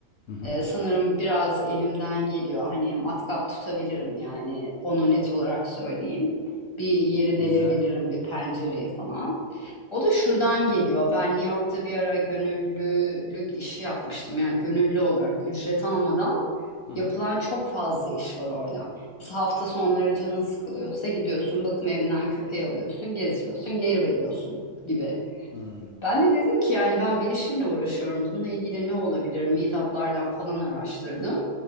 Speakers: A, on the left; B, on the left.
A: Hı hı.
B: Ee, sanırım biraz elimden geliyor. Hani matkap tutabilirim yani onu net olarak söyleyeyim. Bir yeri delebilirim,
A: Güzel.
B: bir pencereyi falan. O da şuradan geliyor. Ben New York'ta bir ara gönüllülük işi yapmıştım. Yani gönüllü olarak ücret almadan
A: Hı hı.
B: yapılan çok fazla iş var orada. Mesela hafta sonları canın sıkılıyorsa gidiyorsun, bakım evinden köpeği alıyorsun, gezdiriyorsun, geri veriyorsun gibi.
A: Hı.
B: Ben de dedim ki yani ben bilişimle uğraşıyorum. Bununla ilgili ne olabilir? Meetup'lardan falan araştırdım.